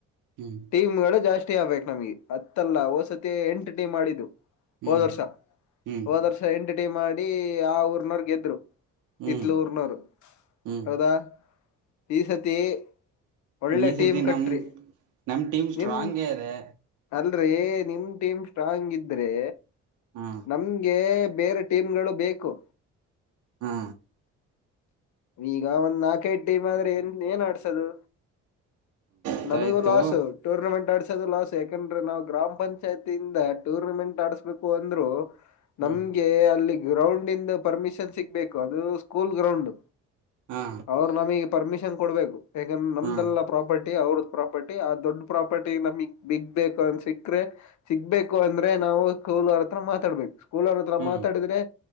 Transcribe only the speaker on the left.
ಟೀಮ್ ಗಳು ಜಾಸ್ತಿ ಆಗ್ಬೇಕಕ್ ನಮಗೆ ಹತ್ತಲ್ಲ ಓಸತಿ ಎಂಟ ಟಮ್ ಆಡಿದ್ದು.
ಹೋದ್ ವರ್ಷ
ಹೋದ ವರ್ಷ ಎಂಟರ್ಟೈನ್ ಮಾಡಿ ಆ ಊರ್ನವರ್ ಗೆದ್ರು. ಇತ್ಲೂ
ಊರಿನವರು
ಹೌದಾ ಈ ಸತಿ. ಒಳ್ಳೆ
ಟೀಮ್ ಕಟ್ರಿ
ನಿಮ
ಅಲ್ರಿ ನಿಮ್ ಟೀಮ್ ಸ್ಟ್ರಾಂಗ್ ಇದ್ರೆ
ನಮ್ಗೆ ಬೇರೆ ಟೀಮ್ಗಳು ಬೇಕು.
ಈಗ ಒಂದ್ ನಾಲ್ಕೈದು ಟೀಮ್ ಆದ್ರೆ ಏನ್ ಏನ್ ಆಡ್ಸೋದು.
ನಮಗೂ ಲಾಸ್. ಟೂರ್ನಮೆಂಟ್ ಆಡ್ಸೋದು ಲಾಸ್ ಯಾಕಂದ್ರೆ ನಾವು ಗ್ರಾಮ ಪಂಚಾಯತಿಯಿಂದ ಟೂರ್ನಮೆಂಟ್ ಆಡ್ಸ್ಬೇಕು ಅಂದ್ರು ನಮ್ಗೆ
ಅಲ್ಲಿ ಗ್ರೌಂಡ ಇಂದ ಪರ್ಮಿಷನ್ ಸಿಗ್ಬೇಕು ಅದು ಸ್ಕೂಲ್ ಗ್ರೌಂಡ್.
ಅವರು ನಮಗೆ ಪರ್ಮಿಷನ್ ಕೊಡ್ಬೇಕು ಯಾಕಂದ್ರೆ ನಮ್ದೆಲ್ಲ
ಪ್ರಾಪರ್ಟಿ ಅವ್ರದ ಪ್ರಾಪರ್ಟಿ ಆ ದೊಡ್ ಪ್ರಾಪರ್ಟಿ ನಮಗ್ ಬಿಗ್ಬೇಕು ಅನ್ ಸಿಕ್ಕ್ರೆ ಸಿಗ್ಬೇಕು ಅಂದ್ರೆ ನಾವು ಸ್ಕೂಲ್ ಅವರ ಹತ್ತಿರ ಮಾತಾಡ್ಬೇಕು ಸ್ಕೂಲ್ ಅವ್ರ ಹತ್ರ
ಮಾತಾಡಿದ್ರೆ